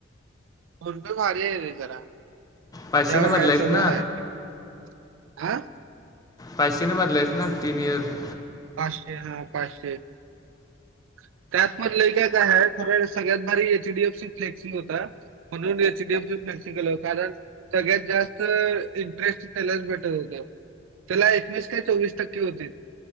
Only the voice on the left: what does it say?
पाचशेने
भरलायस
ना
पाचशेने भरलायस ना तीन इयर -